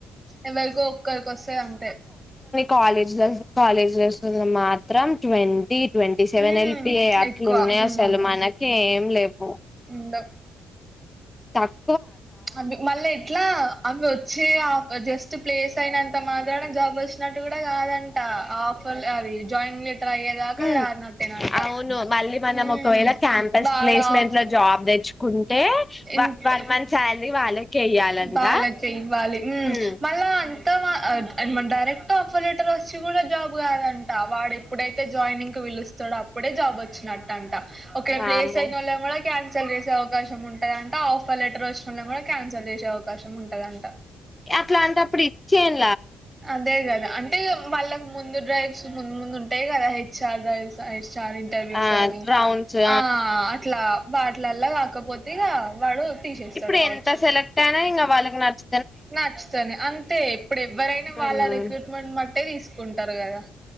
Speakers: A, on the right; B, on the left.
A: ఎవరికో ఒక్కరికొస్తది అంతే
B: కాలేజ్ అస్ కాలేజ్లో అస్తుంది అని మాత్రం ట్వం టి twenty seven
A: um
B: L P A అట్లున్నయ్
A: ఎక్కువ
B: అస్సలు
A: ఉమ్
B: మనకే ఏం లేవు.
A: ఉండవ్
B: తక్
A: అవ్వి మళ్ళీ ఎట్లా అవ్వి వచ్చీ ఆఫ్ జస్ట్ ప్లేస్ అయినంత మా త్రానా జాబ్ వచ్చినట్టు కూడా కాదంటా ఆఫర్ అది జాయిన్ లెట్ టర్ అయ్యేదాక
B: ఉమ్
A: రానట్టేనంటా
B: అవును మళ్ళీ మనం
A: ఉమ్
B: ఒకవేళ క్యాంపస్
A: వాడ్
B: ప్లేస్మెంట్
A: ఆఫ్
B: లో జాబ్ తెచ్చుకుంటే
A: ఇంత
B: వన్ మంత్ శాలరీ వాళ్ళకే ఇయ్యాలంట
A: వాళ్లకే ఇవ్వాలి హ్మ
B: ఉమ్
A: మళ్ళా అంత వ ఆ డైరెక్ట్ ఆఫర్ లెటర్ వచ్చి కూడ జాబ్ కాదంట. వాడు ఎప్పుడైతే జాయినింగ్కి పిలుస్తడో అప్పుడే జాబ్ వచ్చినట్టంట. ఒక్కెళ్ళ
B: వామ్మో
A: ప్లేస్ అయినోళ్ళన్ కూడ క్యాన్సల్ చేసే అవకాశం ఉంట దంట ఆఫర్ లెటర్ వచ్ ఉన్నా కూడా క్యాన్సల్ జేసే అవకాశం ఉంటదంట
B: అట్లాటప్పుడు ఇచ్చి ఎం
A: అదే కదా అంటే వాళ్ళకి ముందు డ్రైవ్స్ ముందు ముందు ఉంటాయి గదా హెచ్ ఆర్ డ్రైవ్స్ ఐస్ హెచ్ ఆర్ ఇంటర్వ్యూస్
B: ఆ
A: అని
B: రౌండ్స్
A: ఆ అట్లా వాట్లల్లా కాకపోతే ఇగా వాడు తీసేస్తాడు
B: ఇప్పుడు
A: కావచ్చు
B: ఎంత సెలెక్ట్ అయినా ఇంగ వాళ్ళకి నచ్
A: నచ్చుతనే అంతే ఇప్పుడు ఎవ్వరైనా వాళ్ళ
B: ఉమ్.
A: రిక్రూట్మెంట్ బట్టే తీస్ కుంటారు గదా